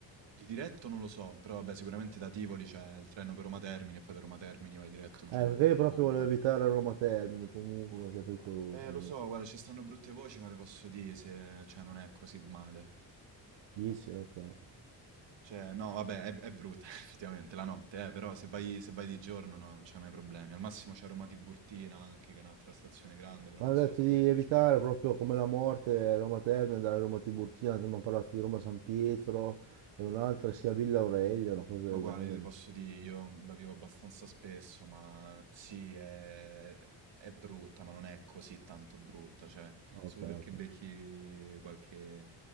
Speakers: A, on the right (about 60°); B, on the right (about 80°).
A: di diretto non lo so, però vabbè, sicuramente da Tivoli c'è il treno per Roma Termini e poi da Roma Termini vai diretto giù
B: Eh, perché io
A: ovunque.
B: proprio volevo evitare Roma Termini comunque perché è pericoloso.
A: Eh,
B: sì.
A: lo so, guarda, ci stanno brutte voci, ma te posso dire se, cioè, non è così male.
B: Dici? Ok. Eh.
A: Cioè, no, vabbè, è, è brutta <laughs> effettivamente la notte, eh, però se vai, se vai di giorno no, non c'è mai problemi. Al massimo c'è Roma Tiburtina anche, che è un'altra stazione grande, però
B: Mi
A: non
B: hanno
A: so
B: detto
A: se
B: di
A: porta
B: evitare
A: giù.
B: proprio come la morte Roma Termini, andare a Roma Tiburtina, abbiamo parlato di Roma San Pietro e un'altra che si chiama Villa Aurelia, una cosa
A: Ma
B: del
A: guarda,
B: genere.
A: io ti posso dire, io la vivo abbastanza spesso, ma sì, è, è brutta, ma non è così tanto brutta, cioè,
B: Ok,
A: solo
B: ok,
A: perché becchi qualche